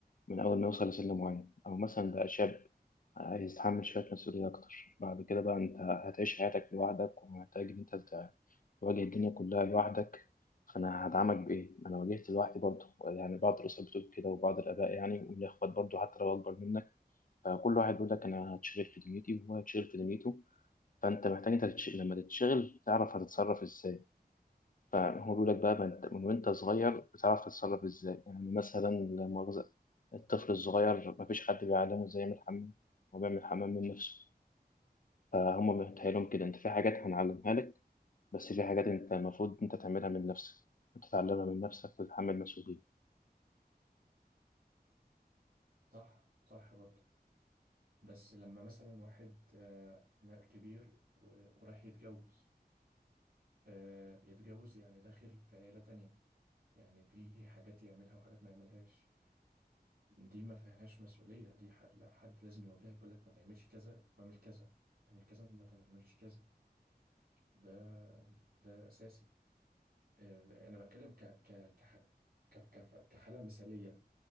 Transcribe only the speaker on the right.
صح صح برضه بس لما مثلا واحد آه، ما- كبير و- ورايح يتجوز آه، يتجوز يعني داخل في عيلة تانية يعني في حاجات يعملها وحاجات ما يعملهاش دي ما فيهاش مسؤولية دي ح- لا، حد لازم يوجهك يقول لك ما تعملش كذا واعمل كذا اعمل كذا وما تعملش كذا ده ده أساسي آه، أنا بتكلم ك ك كح- ك كف- كحالة مثالية